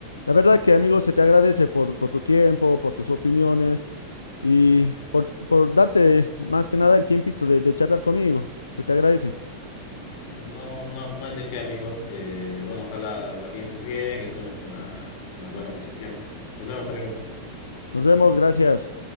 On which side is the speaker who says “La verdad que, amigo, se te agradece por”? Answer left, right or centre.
Left